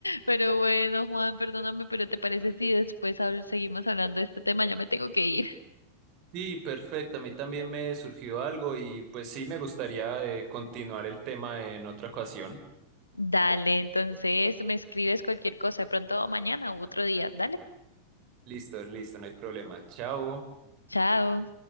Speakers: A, on the left; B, on the right.
A: Pero bueno, Juan, perdóname, pero ¿te parece si después habl- seguimos hablando de este tema? Ya me tengo que ir.
B: Sí, perfecto. A mí también me surgió algo y pues sí me gustaría eh, continuar el tema en otra ocasión.
A: Dale, entonces me escribes cualquier cosa, de pronto mañana u otro día. Dale,
B: Listo, listo, no hay problema. Chao.
A: chao.